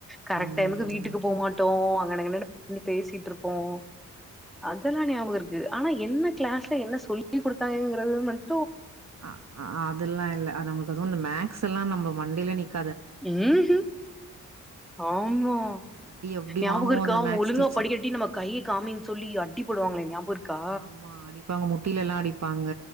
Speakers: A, in the centre; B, on the right.
A: கரெக்ட்
B: ம்
A: டைமுக்கு வீட்டுக்கு போமாட்டோம் நடக்க நடக்க நின்னு பேசிட்டு இருப் போம் அதெல்லா ஞாபகருக்கு க்கு ஆனா என்ன கிளாஸ்ல என்ன சொல்லி சொல்லி கொடுத்தாங்கிறது மட்
B: அஹ்ஹ் அதெல்லா இல்ல அது நம்மளுக்கு ஒசூரும் அந்த மேக்ஸ் மேக்ஸ் எல்லா நம்ம மண்டைல நிக்கும்
A: உம்கும் ஆமா
B: அடி எப்டி
A: ஞாபகம்
B: வாங்குவோ
A: இருக்கா
B: அந்த
A: அவங்க
B: மேக்ஸ்
A: ஒழுங்கா
B: டீச்சர்
A: படிக்கட்டி நம்ம கையை காமின் சொல்லி அட்டி போடுவாங்களேன் ஞாபகம் இருக்கா
B: ஆமா அடிப்பாங்க முட்டில எல்லா அடிப்பாங்க